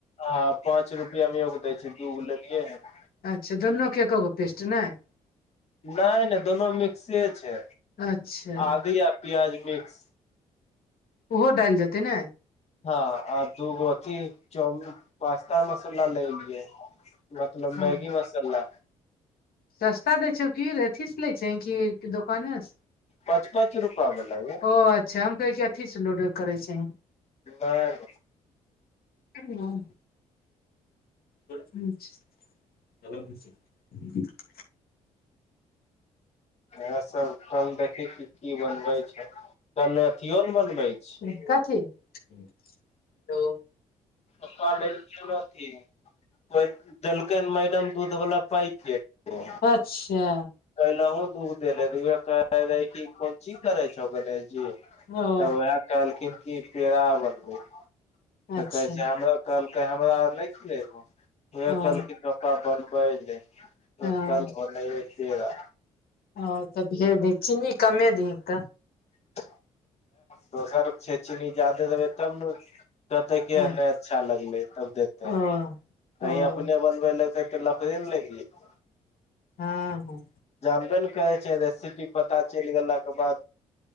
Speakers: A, on the left (about 35°); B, on the left (about 55°).
A: आ पाँच रुपआ मे एगो दै छै दूगो लेलियै है ‌‍
B: अच्छा दोनो के एकएक गो पेस्ट नहि
A: नय -नय दोनो मिक्से छै
B: अच्छा
A: आदी आ प्याज मिक्स
B: ओहो डालि देतै ने
A: हँ आ दू गो अथि चाऊमीन पास्ता मसाला लय एलियै मतलब
B: हँ
A: मैगी मसाला
B: सस्ता दै छैउ की रे, अथी से लै छिही कि दोकाने से।
A: पाँच पाँच रूपा बला गे
B: ओ अच्छा हम कहियै कि अथी से लोड करै छिही
A: नहि
B: हँ। <unintelligible>
A: इएह सब कल देखी की की बनबय छय। कल अथियो न बनबय छय।
B: कथि--हेलो
A: पपा लेल गयैल रहथिन <inaudible> देलकेन मैडम दूध बला पैकेट ओ
B: अच्छा।
A: पहिलोंहो दुध देने रहीयो ऐकरा राइख के कोन चीज करय छौ गणेश जी त
B: ओ
A: उयेह कहलखिन पेड़ा बनबय
B: अच्छा
A: एकर जाम कहलकय हमरा और नय खुयबो की उहे
B: ओ
A: कहलखिन पपा बनबय लेल त
B: हँ
A: कल बनय ये पेड़ा।
B: हं त जे दय चीनी कमे दीहेन त
A: <inaudible> दोसर के छय चीनी जायदे देबय तब न कहतय
B: तऽ
A: कि नय अच्छा लगलय, तब देतय।
B: ओ
A: कहीं
B: ओ
A: अपने बनबय लगतय त लफड़े न लागि जेतय
B: हां
A: जानबे न करय छय स्थिति पता चलि गेला के बाद।